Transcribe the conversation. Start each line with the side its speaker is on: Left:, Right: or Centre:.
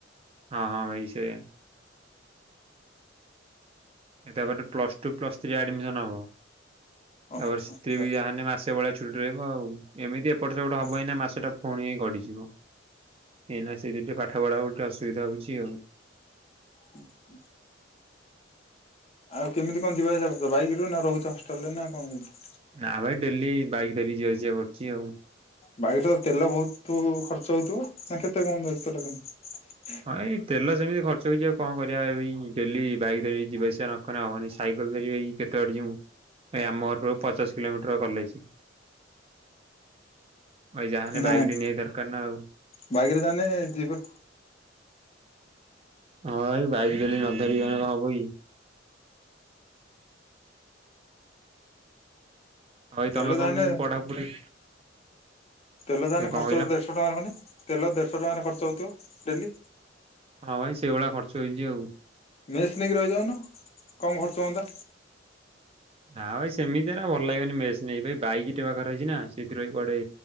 Right: ହଁ ହଁ ଭାଇ ସେ ଏ ତାପରେ ପ୍ଲସ ଟୁ ପ୍ଲସଥ୍ରୀ ଆଡମିସନ ହବ
Left: ଓ
Right: ତାପରେ ସେ
Left: ଆଚ୍ଛା
Right: ବି ଯାହେନେ ମା ସେ ଭଳିଆ ଛୁଟି ରହିବ ଆଉ ଏମିତି ଏପଟ ସେପଟ
Left: ଓ
Right: ହବ ଏଇନା ମାସଟା ପୁଣି ହେଇ ଗଡିଯିବ ଏଇନା ସେ ଦି ପାଠ ପଢାପଢି ଟା ଅସୁବିଧା ହଉଛି ଆଉ
Left: ହୁଁ ହୁ ଆଉ କେମିତି କଣ ଯିବା ଆସିଆ କରିଛ ବାଇକ୍ ରେ ନା ରହୁଛି ହଷ୍ଟେଲରେ ନା କଣ କେ
Right: ନା ଭାଇ ଡେଲି ବାଇକ ଥରି ଯିିବାଆସିବା କରୁଛି ଆଉ
Left: ବାଇରେ ତ ତେଲ ବହୁତୁ ଖର୍ଚ୍ଚ ହଉଥିବ ନା କେତେ କଣ ଯାଉଛି ତେଲ ଟା
Right: <unintelligible> ତେଲ ସେମିତି ଖର୍ଚ୍ଚ ହେଇଯିବ କଣ କରିବା ଭାଇ ଡେଲି ବାଇକ୍ ଧରିକି ଯିବା ଆସିବା ନକଲେ ହବନି ସାଇକେଲ ଧରିବି କେତେ ବାଟ ଯିବୁ ଭାଇ ଆମ ଘର ପାଖରୁ ପଚାଶ କିଲୋମିଟର କଲେଜ ଭାଇ ଯାହା ହେଲେ
Left: ନାଇଁ
Right: ବାଇକ୍ ଟେ ନିହାତି ଦରକାର ନା ଆଉ
Left: ବାଇକରେ ତାହେଲେ ଯିବା
Right: ହଁ ଏଇ ବାଇକ ଡେଲି ନ ଧରି ଗଲେ କଣ ହବ କି? ଭାଇ
Left: ତେଲ
Right: ତମେ
Left: ଯାହାନେ
Right: କଣ କେମିତି ପଢାପଢି
Left: ତେଲ ଯାହାହେଲେ
Right: କଣ
Left: ଖର୍ଚ୍ଚ
Right: କହିଲ?
Left: ହଉଥିବ ଦେଢଶହ ଟଙ୍କାରେ ଖଣ୍ଡେ ତେଲ ଦେଢଶହ ଟଙ୍କାରେ ଖର୍ଚ୍ଚ ହଉଥିବ ଡେଲି
Right: ହଁ ଭାଇ ସେଇଭଳିଆ ଖର୍ଚ୍ଚ ହେଇଛି ଆଉ
Left: ମେସ୍ ନେଇକି ରହିଯାଉନ କମ ଖର୍ଚ୍ଚ ହୁଅନ୍ତା।
Right: ନା ଭାଇ ସେମିତି ନା ଭଲ ଲାଗିବନି ମେସ୍ ନେଇକରି ବାଇକ୍ ଟେ ପାଖରେ ଅଛି ନା ସେଇଥିରୁ ଭାଇ କୁଆଡେ